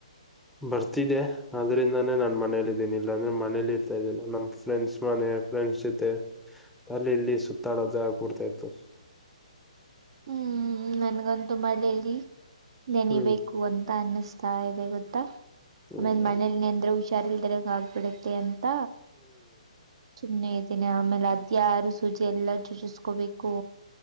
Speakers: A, in the centre; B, on the right (about 45°).
A: ಬರ್ತಿದ್ದೆ ಆದದ್ರಿಂದಾನೇ ನಾನ್ ಮನೇಲ್ ಇದಿದ್ದೀನ ಇಲ್ಲ ಅಂದ್ರೆ ಮನೇಲಿ ಇರ್ತಾ ಇದಿಲ್ಲ ನಮ್ ಫ್ರೆಂಡ್ಸ್ ಮನ ಫ್ರೆಂಡ್ಸ್ ಜೊತೆ ಅಲ್ಲಿ ಇಲ್ಲಿ ಸುತ್ತಾಡೋದೇ ಆಗ್ಬಿಡ್ತಾ ಇತ್ತು
B: ಹೌ ಹ್ಮ್ ನನ್ಗಂತು ಮಳ್ಳೇಲಿ ನೆನಬೇಕು
A: ಹ್ಮ್
B: ಅಂತ ಅನ್ನಸ್ತ ತ ಇದೆ ಗೊತ್ತಾ
A: ಹ್ಮ್
B: ಆಮೇ ಮನೇಲಿ ನ್ರ ಹುಷಾರಲ್ರ ಆಗ್ಬಿಡುತ್ತೆ ಅಂತ ಸುನೆ ಆಮೇಲೆ ಅತಿ ಆಾರು ಸೂಚಿ ಎಲ್ಲಾ ಚುಚಿಸಕೋಬೇಕು